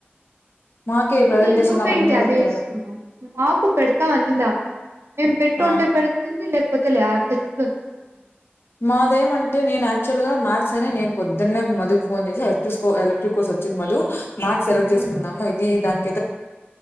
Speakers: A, on the left; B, on the right.
A: మాకే ఈ ప్రజెంటేషన్లు
B: నీ నువ్వేంటి
A: అవన్నీ
B: అదే
A: పెట్టారు
B: ఇసుకును ను్ మాపు పెడతా అనిందామే మేం పెట్టు
A: ఆ
B: ఉంటే పెడుగుతుంది లేకపోతే లే అంత చిల్ ఉంది మాకుమ్
A: మాదేమంటే నేను యాక్చువల్గాయాథస్ అని నేను పొదున్ననే మధు్ ఫోన్ చేసి ఎలక్ట్రిక్ ఎలక్ట్రిక్ కోర్స్ వచ్చేది మధు మార్క్స్ సెలెట్ చేసుకున్నాము
B: హ్మ్
A: ఇది దానికి